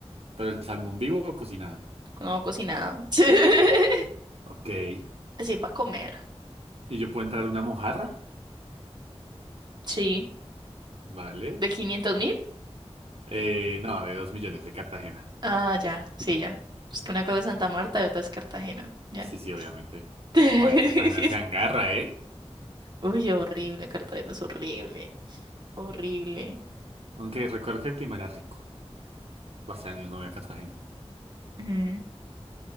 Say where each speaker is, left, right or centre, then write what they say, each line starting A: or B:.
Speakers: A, on the right; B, on the right.
A: Pero el salmón vivo o cocinado.
B: no cocinado. <laughs>
A: Ok. Y
B: Así para comer,
A: yo puedo entrar una mojarra,
B: sí.
A: ¿vale?
B: ¿De quinientos mil?
A: Eh, no, de dos millones de Cartagena.
B: Ah, ya, sí, ya. Es que una cosa es Santa Marta y otra es Cartagena, ya.
A: Sí, sí, obviamente.
B: <laughs>
A: Bueno, en Cartagena se angarra, ¿eh?
B: Uy, horrible, Cartagena es horrible, horrible.
A: Aunque recuerdo que el clima era rico. Hace años no voy a Cartagena.
B: Mm,